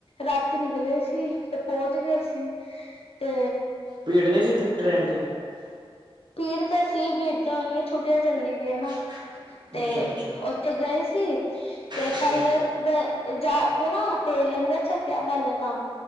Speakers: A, on the left; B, on the right.
A: ਰਾਤੀ ਨਿਕਲੇ ਸੀ ਤੇ ਪਹੁੰਚ ਗਏ ਸੀ। ਤੇ
B: ਪੀੜ ਨਈ ਸੀੇ ਤ ਟ੍ਰੈਨ ਤੇ?
A: ਭੀੜ ਤੇ ਸੀ। ਭੀੜ ਤਾਂ ਹੋਨੀ ਏ। ਛੁੱਟੀਆਂ ਚੱਲਦੀ ਪਈ ਏ ਨਾ।
B: <inaudible>
A: ਤੇ
B: ਅੱਛਾ
A: ਉੱਥੇ ਗਏ ਸੀ। ਤੇ
B: ਅੱਛਾ
A: ਪਹਿਲੇ ਗ ਜਾ ਕੇ ਨਾ ਤੇ ਲੰਗਰ ਛੱਕਿਆ ਪਹਿਲੇ ਤਾਂ।